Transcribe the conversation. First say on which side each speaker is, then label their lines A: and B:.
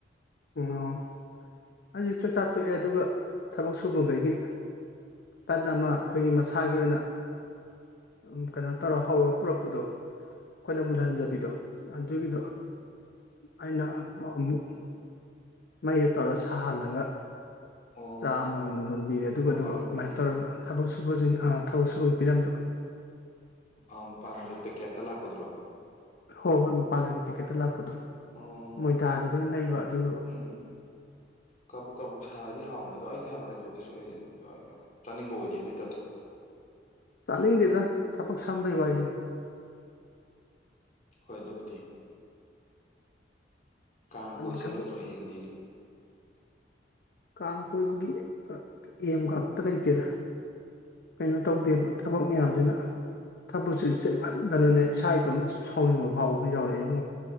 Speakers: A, on the left; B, on the left.
A: ꯑꯣ ꯑꯩꯁꯨ ꯆꯥꯛꯆꯥꯥ ꯇꯣꯛꯑꯦ ꯑꯗꯨꯒ ꯊꯕꯛ ꯁꯨꯕꯒꯩꯒꯤ ꯇꯟ ꯑꯃ ꯑꯩꯈꯣꯏꯒꯤ ꯃꯁꯥꯒꯤ ꯑꯣꯏꯅ ꯎꯝ ꯀꯩꯅꯣ ꯇꯧꯔ ꯍꯧꯔ ꯄꯨꯔꯛꯄꯗꯣ ꯑꯩꯈꯣꯏꯅ ꯃꯨꯜꯍꯟꯖꯕꯤꯗꯣ ꯑꯗꯨꯒꯤꯗꯣ ꯑꯩꯅ ꯑꯃꯨꯛ ꯃꯩꯗ ꯇꯧꯔ ꯁꯥꯍꯜꯂꯒ
B: ꯑꯣ
A: ꯆꯥ ꯑꯃꯃꯝ
B: ꯃ
A: ꯂꯣꯟꯕꯤꯔꯦ ꯑꯗꯨꯒꯗꯨ
B: ꯃꯄꯥꯟ ꯂꯝꯒꯤ
A: ꯑꯗꯨꯃꯥꯏ ꯇꯧꯔꯒ ꯊꯕꯛ ꯁꯨꯕꯁꯤꯡ ꯑꯥ ꯊꯕꯛ ꯁꯨꯕꯩ ꯄꯤꯔꯝꯕ
B: ꯑꯥ ꯃꯄꯥꯥꯜ ꯂꯝꯒꯤ ꯄꯦꯀꯦꯠꯇ ꯂꯥꯛꯄꯗꯣ
A: ꯍꯣꯏ ꯍꯣꯏ ꯃꯄꯥꯟꯂꯝꯒꯤ ꯄꯦꯛꯀꯦꯠꯇ ꯂꯥꯛꯄꯗꯣ
B: ꯑꯣ
A: ꯃꯣꯏꯗꯥꯒꯤꯗꯣ ꯑꯣꯢꯅ ꯂꯩꯕ ꯑꯗꯨ
B: ꯎꯝ ꯀꯕꯨꯛ ꯀꯕꯨꯛ ꯁꯥꯔꯗꯤ ꯍꯥꯎꯕꯅꯦ ꯑꯗꯣ ꯑꯩꯗꯤ ꯍꯥꯏꯕꯅꯦ ꯑꯗꯨ ꯀꯩꯁꯨ ꯑꯩꯗꯤ ꯆꯥꯅꯤꯡꯕ ꯑꯣꯏꯗꯦ ꯑꯗꯨꯏ ꯇꯥꯏꯞꯇꯣ
A: ꯆꯥꯅꯤꯡꯗꯦꯗ ꯊꯕꯛ ꯁꯝꯕꯩ ꯋꯥꯔꯤꯅꯤ
B: ꯍꯣꯏ ꯑꯗꯨꯕꯨꯗꯤ ꯀꯥꯡ ꯀꯣꯏ
A: ꯑꯗꯨ
B: ꯆꯠꯂꯣꯏꯗ꯭ꯔꯣ
A: ꯊꯕꯛ
B: ꯍꯌꯦꯡꯗꯤ
A: ꯀꯥꯡ ꯀꯣꯏꯕꯒꯤ ꯑꯦꯝꯒ ꯑꯝꯇ ꯂꯩꯇꯦꯗ ꯀꯩꯅꯣ ꯇꯧꯗꯦꯕ ꯊꯕꯛ ꯃꯌꯥꯝꯖꯤꯅ ꯊꯕꯛꯁꯤ ꯆꯤꯟꯃꯟꯗꯅꯅꯦ ꯏꯁꯥ ꯏꯇꯣꯝꯇ ꯁꯨꯝ ꯁꯥꯎꯅꯤꯡꯕ ꯐꯥꯎꯕꯒ ꯌꯥꯎꯔꯛꯑꯦ ꯏꯕꯨꯡꯉꯣ